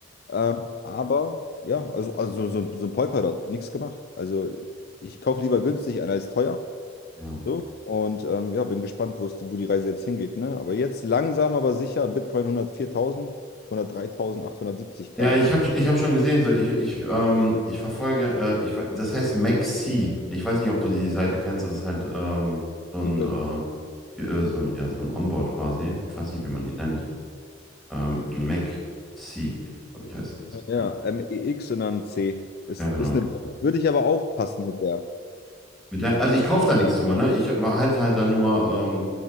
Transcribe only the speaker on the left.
Ähm, aber ja, also, also so, so ein Polkadot, nichts gemacht. Also ich kaufe lieber günstig ein als teuer.
So. Und ähm, ja, bin gespannt, wo es, wo die Reise jetzt hingeht. Ne? Aber jetzt langsam, aber sicher, Bitcoin hundertviertausend hundertdreitausendachthundertsiebzig gerade
aktuell
die Börse.
Ja,
MEX und dann C. Ist,
ist eine, würde ich aber aufpassen mit der.